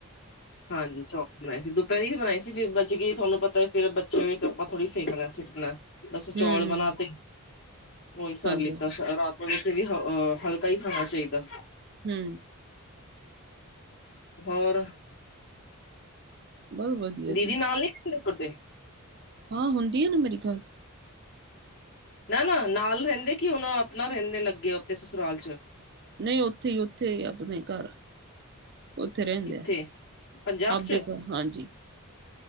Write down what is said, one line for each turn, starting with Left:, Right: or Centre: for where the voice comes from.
Left: ਹਾਂਜੀ ਚੌਲ ਬਣਾਈ ਸੀ ਦੁਪਹਿਰੇ ਬਣਾਈ ਸੀ ਫਿਰ ਬੱਚ ਗਈ ਤੁਹਾਨੂੰ ਪਤਾ ਫਿਰ ਬੱਚੇ ਹੋਏ ਆਪਾਂ ਥੋੜ੍ਹੀ ਫੇਕਣਾ ਸੁਟਣਾ ਬਸ ਚੌਲ
Right: ਹੂੰ
Left: ਬਣਾ ਤੇ ਉਹੀ ਸਰ
Right: ਹਾਂਜੀ
Left: ਲਿੱਤਾ ਰਾਤ ਵਿੱਚ ਵੀ ਹਲਕਾ ਹੀ ਖਾਣਾ ਚਾਈਦਾ
Right: ਹੂੰ
Left: ਹੋਰ
Right: ਬਸ ਵਧੀਆ
Left: ਦੀਦੀ
Right: ਜੀ
Left: ਨਾਲ ਨੀਦੇ ਕੁਡੇ
Right: ਹਾਂ ਹੁੰਦੀ ਏ ਨਾ ਮੇਰੀ ਗੱਲ
Left: ਨਾ -ਨਾ ਨਾਲ ਰਹਿੰਦੇ ਕਿ ਹੁਣ ਆਪਣਾ ਰਹਿਣ ਲੱਗ ਗਏ ਅਪਨਾ ਸਸੁਰਾਲ ਚ
Right: ਨਹੀ ਉੱਥੇ ਈ ਉੱਥੇ ਆਪਣੇ ਘਰ ਉੱਥੇ ਰਹਿੰਦੇ,
Left: ਕਿੱਥੇ ਪੰਜਾਬ
Right: ਆਪਦੇ
Left: ਚ
Right: ਕੋਲ ਹਾਂਜੀ